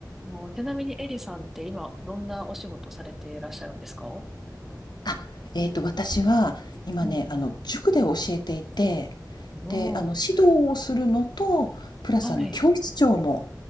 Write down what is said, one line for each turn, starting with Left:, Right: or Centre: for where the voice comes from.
Centre: もうちなみにエリさんって今どんなお仕事されていらっしゃるんですか
Left: あ、えっと、私は今ね、
Centre: うん
Left: あの、塾で教えていて、
Centre: うん。おー、
Left: で、あの、指導をするのと、プラスあの、
Centre: はい。
Left: 教室長も